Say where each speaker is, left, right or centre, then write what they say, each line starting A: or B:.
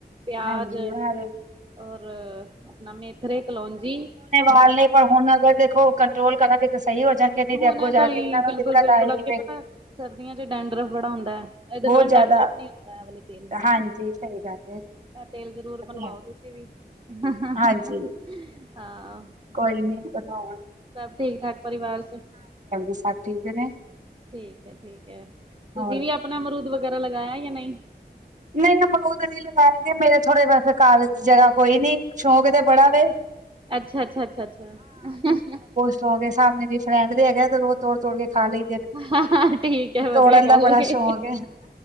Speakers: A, on the right (about 30°); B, on the right (about 45°).
A: ਪਿਆਜ
B: ਹਾਂਜੀ ਉਹਨਾਂ ਦੇ
A: ਔਰ- ਆਪਣਾ ਮੇਥਰੇ, ਕਲੋਂਜੀ
B: ਪਰਲੇ ਪਰ ਹੁਣ ਅਗਰ ਦੇਖੋ ਕੰਟਰੋਲ ਕਰਾਂਗੇ ਤਾਂ ਸਹੀ ਹੋ ਜਾਂ ਗੇ ਕਦੀ
A: ਹੁਣੇ
B: ਤੇ ਅੱਗੋਂ ਜਾ
A: ਤੋਂ
B: ਕੇ
A: ਈ
B: ਇਹਨਾਂ ਨੂੰ
A: ਬਿਲਕੁਲ-ਬਿਲਕੁਲ
B: ਦਿੱਕਤ ਆਏਗੀ
A: ਅੱਗੇ
B: ਬ
A: ਪਤਾ ਸਰਦੀਆਂ ਚ ਡੈਂਡ ਡਰਫ ਬੜਾ ਹੁੰਦਾ ਐ ਇਹਦੇ
B: ਬਹੁਤ
A: ਨਾਲ
B: ਜ਼ਿਆਦਾ
A: ਡੈਂਡਰਫ ਨਹੀਂ ਹੁੰਦਾ ਇਹ ਵਾਲੇ ਤੇਲ ਨਾਲ
B: ਹਾਂਜੀ
A: ਨਾ
B: ਸਹੀ ਗੱਲ ਏ
A: ਇਹ ਤੇਲ ਜ਼ਰੂਰ
B: ਇਹ ਤੇ
A: ਬਣਵਾਓ
B: ਹੈ
A: ਤੁਸੀਂ ਵੀ ਹ
B: ਹਾਂਜੀ
A: ਹ
B: ਕੋਈ ਨੀ ਬਣਾਵਾਂ ਗੇ
A: ਸਭ ਠੀਕ ਠਾਕ ਪਰਿਵਾਰ ਚ
B: ਸਭ ਠੀਕ ਨੇ
A: ਠੀਕ ਹੈ ਠੀਕ ਹੈ ਤੁਸੀਂ
B: ਹੋਰ
A: ਵੀ ਅਪ ਆਪਣਾ ਅਮਰੂਦ ਵਗੈਰਾ ਲਗਾਇਆ ਜਾਂ ਨਹੀਂ
B: ਨਹੀਂ ਅਮਰੂਦ ਨਈ ਲਗਾਏ ਗੇ ਮੇਰੇ ਥੋੜੇ ਵੈਸੇ ਘਰ ਚ ਜਗ੍ਹਾ ਕੋਈ ਨੀ ਸ਼ੌਂਕ ਤੇ ਬੜਾ ਵੇ।
A: ਅੱਛਾ ਅੱਛਾ ਅੱਛਾ ਅੱਛਾ ਹ ਹ
B: ਸੌ ਕੇ ਸਾਹਮਨੇ ਵੀ ਫਰੈਂਡ ਦੇ ਹੈਗੇ ਤੇ ੳਹ ਤੋੜ ਤੋੜ ਕੇ ਖਾ ਲਈ
A: ਹਾਂ, ਠੀਕ ਐ ਵਧੀਆ
B: ਤੋੜਨ
A: ਗੱਲ
B: ਦਾ ਬੜਾ
A: ਏ,
B: ਸ਼ੌਕ